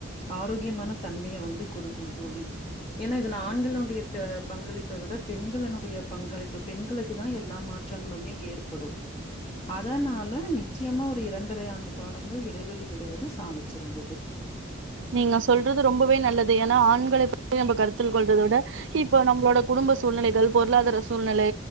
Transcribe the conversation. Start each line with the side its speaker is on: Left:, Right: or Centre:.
Left: ஆரோக்யமான தன்மைய வந்து குடுக்கு தோழி ஏன்னா இதுல ஆண்களுடைய ப பங்களிப்ப விட பெண்களினுடைய பங்களிப்பு பெண்களுக்கு தா எல்லா மா ற்றங்களுமே ஏற்படு அதனால நிச்சயமா ஒரு இரண் ரை ஆண்டு காடங்கள் இடைவெளி விடுவது சாலச் சிறந்தது
Right: நீங்க சொல்றது ரொம்பவே நல்லது ஏன்னா ஆண்களை பத்தி நம்ம கருத்தில் கொள்றத விட இப்போ நம்மளோட குடும்ப சூழ்நிலைகள் பொருளாதார சூழ்நிலை